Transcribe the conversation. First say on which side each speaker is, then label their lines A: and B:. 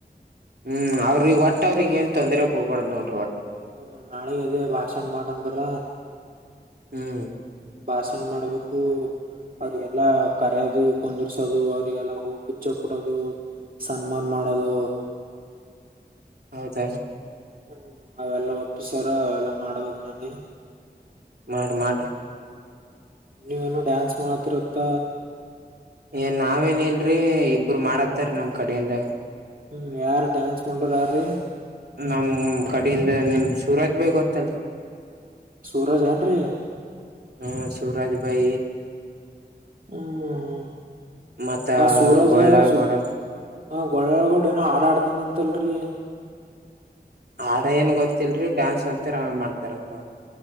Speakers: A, on the right; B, on the right.
A: ಹ್ಮ್ ಅವ್ರಿಗೆ ಇಗ್ ಒಟ್ಟ ಅವ್ರಿಗೆ ಏನ್ ತೊಂದ್ರೆ ಕೊಡಬಾಡದು ನೋಡ.
B: ಹ್ಮ ನಾಳೆಗ ಅದೇ ಭಾಷಣ ಮಾಡ ಅಂದರ.
A: ಹ್ಮ್
B: ಭಾಷಣ ಮಾಡ್ಬೇಕು. ಅವ್ರಿಗೆಲ್ಲ ಕರೆಯದು ಕುಂದರ್ಸೋದು ಅವ್ರಿಗೆಲ್ಲ ಹೂ ಬುಚ್ಚ ಕುಡೋದು. ಸನ್ಮಾನ ಮಾಡೋದು.
A: ಹೌದ.
B: ಹ್ಮ್ ಅವೆಲ್ಲ ಒಪ್ಪಸ್ಯಾರ ಅವೆಲ್ಲ ಮಾಡಬೇಕು ನಾನೆ.
A: ಮಾಡ ಮಾಡ್.
B: ನೀವೇನೋ ಡ್ಯಾನ್ಸ್ ಮಾಡಕತಿರಂತ.
A: ಏ ನಾವೇನ್ ಇಲರಿ ಇಬರು ಮಾಡತ್ತಾರ ನಮ್ ಕಡೆಯಿಂದ.
B: ಹ್ಮ್ ಯಾರ್ ಡ್ಯಾನ್ಸ್ ಮಾಡೋರ ಯಾರೀ.
A: ನಮ ಕಡಿಂದ ನಿಮ್ ಸೂರತ್ ಬೈ ಗೊತ್ತಲ್.
B: ಸೂರಜ್ ಏನ್ರೀ
A: ಹ್ಮ ಸುರಾಜ ಭೈ.
B: ಹ್ಮ್
A: ಮತ್ತ
B: ಆ ಸೋರಾಜ
A: ಗೋಳ್ಳಾಳ್
B: ಸೌಕ.
A: ಗೌಡ
B: ಅವ ಗೊಳ್ಳಲಾ ಗೌಡ ಏನೋ ಹಾಡ ಆಡ್ತನ ಅಂತಲರಿ.
A: ಹಾಡ ಏನ್ ಗೊತ್ತಿಲ್ರಿ ಡ್ಯಾನ್ಸ್ ಅಂತರ ಮಾಡತಾರಂತ ನೋಡರಿ.